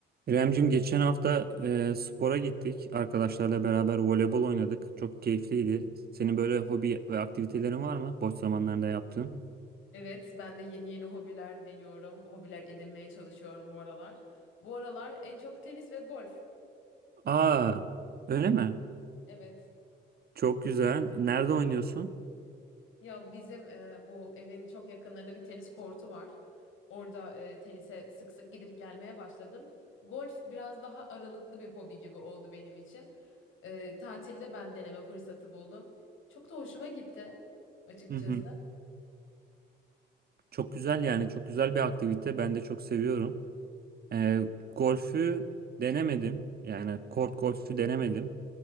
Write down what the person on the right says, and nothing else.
İremcim geçen hafta e, spora gittik. Arkadaşlarla beraber voleybol oynadık. Çok keyifliydi. Senin böyle hobi ve aktivitelerin var mı? Boş zamanlarında yaptığın.
Aa, öyle mi?
Çok güzel. Nerede oynuyorsun?
Hı hı. Çok güzel yani. Çok güzel bir aktivite. Ben de çok seviyorum. E, golfü denemedim. Yani kort golfü denemedim.